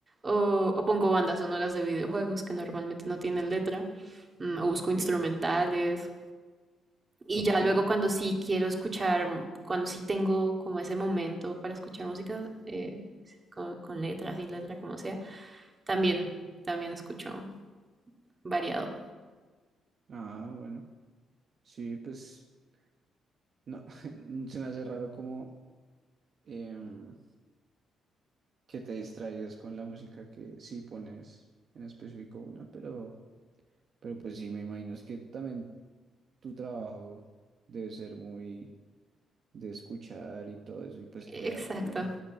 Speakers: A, on the right; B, on the right.
A: O, o pongo bandas sonoras de videojuegos que normalmente no tienen letra. mm, O busco
B: ok,
A: instrumentales. Y
B: ok.
A: ya luego cuando sí quiero escuchar, cuando sí tengo como ese momento para escuchar música, eh, con, con letra, sin letra, como sea, también, también escucho variado.
B: Ah, bueno. Sí, pues no, <laughs> se me hace raro como em, que te distraigas con la música que sí pones en específico una, pero, pero pues sí me imagino es que también tu trabajo debe ser muy de escuchar y todo eso, y pues
A: Exacto.
B: crear también.